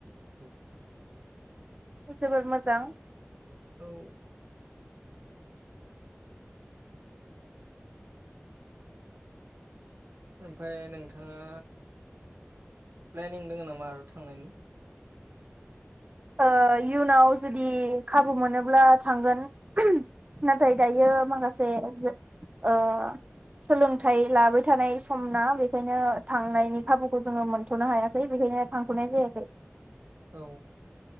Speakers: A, on the right; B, on the right.
A: औ।
B: जोबोर मोजां।
A: औ। ओमफाय नोंथाङा प्लेनिं दोङो नामा आरो थांनायनि
B: ओ इयुनाव जुदि खाबु मोनोब्ला थांगोन <unintelligible> नाथाय दायो माखासे ओ सोलोंथाइ लाबाय थानाय सम ना बेखायनो थांनायनि खाबुखौ जोङो मोनथनो हायाखै बेखायनो थांथनाय जायाखै।
A: औ।